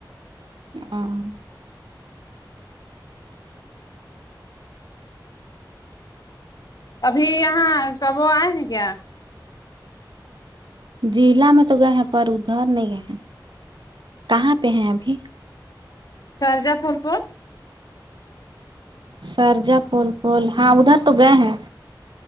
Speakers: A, on the right; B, on the left.
A: ہاں
B: ابھی یہاں کب وہ آئے ہیں کیا
A: ضلع میں تو گئے ہیں پر ادھر نہیں گئے ہیں کہاں پہ ہیں ابھی
B: سارجہ پول پول
A: سارجہ پول پول ہاں ادھر تو گئے ہیں